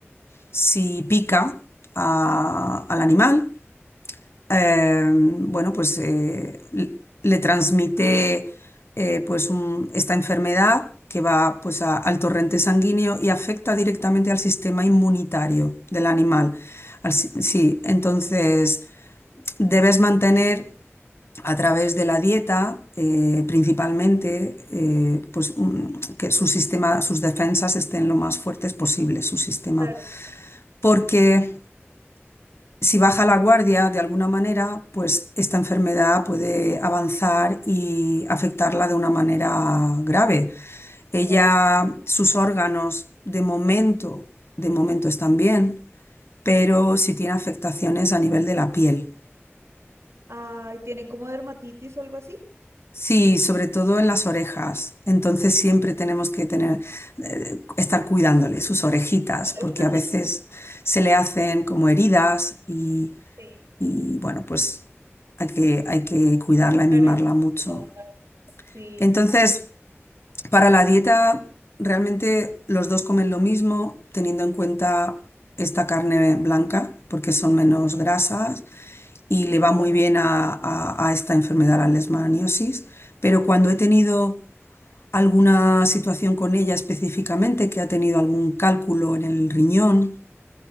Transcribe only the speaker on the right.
Claro,
claro.
Ay, ¿tiene como dermatitis o algo así?
<laughs>
Sí,
para
estudiar.
Sí,
sí,
claro.